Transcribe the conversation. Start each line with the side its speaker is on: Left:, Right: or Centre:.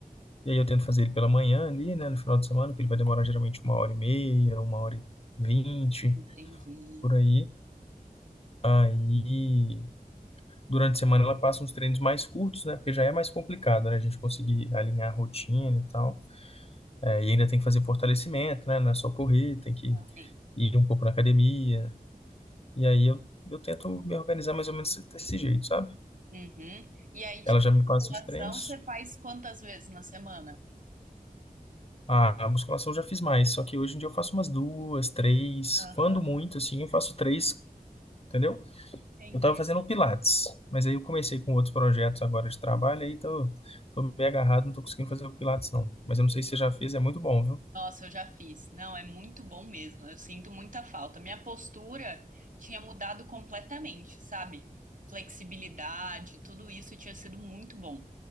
Left: E aí eu tento fazer ele pela manhã ali, né? No final de semana, que ele vai demorar geralmente uma hora e meia, uma hora e vinte,
Right: entendi.
Left: por aí. Aí. durante a semana ela passa uns treinos mais curtos, né? Porque já é mais complicado, né? A gente conseguir alinhar a rotina e tal. É, e ainda tem que fazer fortalecimento, né? Não é só correr, tem que
Right: Ok.
Left: ir um pouco na academia. E aí eu, eu tento me organizar mais ou menos desse jeito, sabe?
Right: Uhum. E aí, tipo,
Left: Ela já me passa
Right: musculação
Left: os treinos.
Right: você faz quantas vezes na semana?
Left: Ah, a musculação eu já fiz mais, só que hoje em dia eu faço umas duas, três,
Right: Aham,
Left: quando muito, assim, eu faço três, entendeu?
Right: entendi.
Left: Eu estava fazendo Pilates, mas aí eu comecei com outros projetos agora de trabalho, aí tô, tô meio agarrado, não tô conseguindo fazer o Pilates, não. Mas eu não sei se você já fez, é muito bom, viu?
Right: Nossa, eu já fiz. Não, é muito bom mesmo. Eu sinto muita falta. Minha postura tinha mudado completamente, sabe? Flexibilidade, tudo isso tinha sido muito bom.